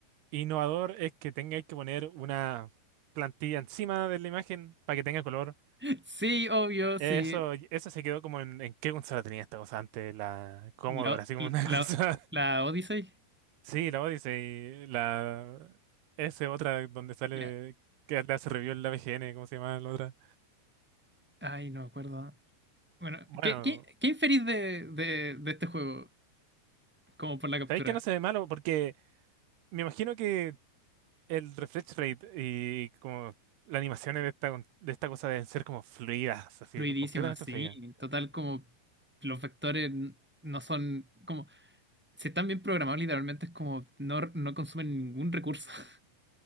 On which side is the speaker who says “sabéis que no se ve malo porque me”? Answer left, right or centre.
Right